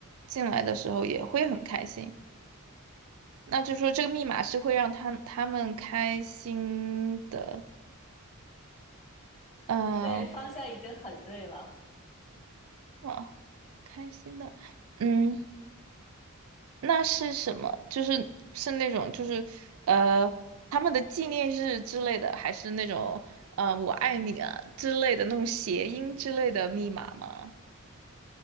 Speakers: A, on the right (about 70°); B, on the left (about 30°).
A: 进来的时候也会很开心。那就说这个密码是会让他他们开心的，嗯、
B: 对，方向已经很对了，
A: 呃，啊，开心的，嗯，那是什么？就是是那种就是呃他们的纪念日之类的，还是那种呃我爱你啊之类的那种谐音之类的密码吗？